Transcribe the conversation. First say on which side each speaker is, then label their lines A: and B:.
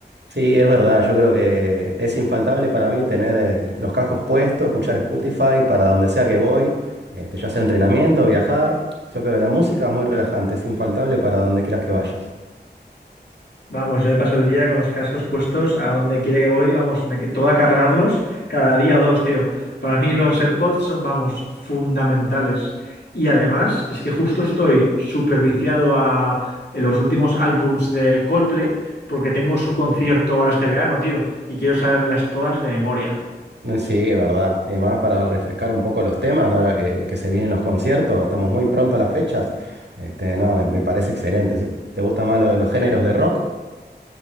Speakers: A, on the right; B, on the left.
A: Sí, es verdad, yo creo que es infaltable para mí tener eh, los cascos puestos, escuchar Spotify para donde sea que voy, este, ya sea entrenamiento, viajar. Yo creo que la música es muy relajante, es infaltable para donde quieras que vayas.
B: Vamos, yo me paso el día con los cascos puestos a donde quiera que voy, vamos, me que- toca cargarlos cada día o dos, tío. Para mí los AirPods son, vamos, fundamentales. Y además es que justo estoy súper viciado a los últimos álbums de Coldplay porque tengo su concierto ahora este verano, tío, y quiero sabérmelas todas de memoria.
A: Eh, Sí, es verdad. Y más para refrescar un poco los temas, ahora que, que se vienen los conciertos, estamos muy pronto a las fechas. Este, no, me, me parece excelente. ¿sí? ¿Te gustan más lo- los géneros de rock?